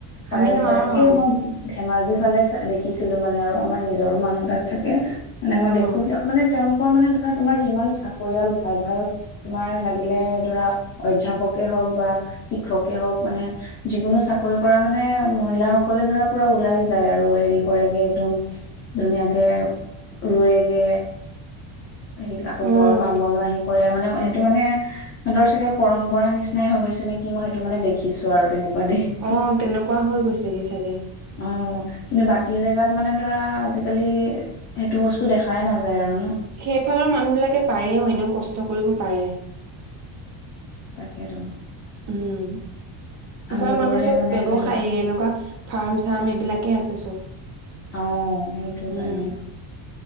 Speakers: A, on the left; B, on the right.
A: পাৰে-পাৰে
B: আমি নোৱাৰো আৰু
A: এই মই ধেমাজিৰ সেফালে দেখিছিলোঁ মানে আৰু আমাৰ নিজৰো মানুহ তাত থাকে মানে
B: অ',
A: দেখোঁ সিহঁত মানে তেওঁলোকৰ মানে ধৰা তোমাৰ যিমান চাকৰিয়াল ভাল-ভাল তোমাৰ লাগিলে ধৰা অধ্যাপকে হওক বা শিক্ষকে হওক মানে যিকোনো চাকৰি পৰা মানে মহিলাাসকলে ধৰা পুৰা ওলাই যায় আৰু হেৰি কৰেগে একদম ধুনীয়াকে ৰুৱেগে। হেৰি, আকৌ
B: অ',
A: ঘৰৰ কাম বনোৱা আহি কৰে মানে সেইটো মানে সিহঁতৰ চাগে পৰম্পৰা নিচিনাই হৈ গৈছে নেকি, মই সেইটো মানে দেখিছোঁ আৰু তেনেকুৱা দেই
B: অ', তেনেকুৱা হৈ গৈছেগে চাগে।
A: অ', কিন্তু বাকী জেগাত মানে ধৰা আজিকালি সেইটো বস্তু দেখাই নাযায় আৰু ন?
B: সেইফালৰ মানুহবিলাকে পাৰেও এনেও কষ্ট কৰিব পাৰে।
A: তাকেটোন।
B: উম। সেইফালে
A: আমিবোৰহে
B: মানুহ চব
A: মানে
B: ব্যৱসায়ে
A: এলেহুৱা।
B: এনেকুৱা ফাৰ্ম চাৰ্ম এইবিলাকে আছে চব।
A: অ সেইটো
B: উম
A: কাৰণে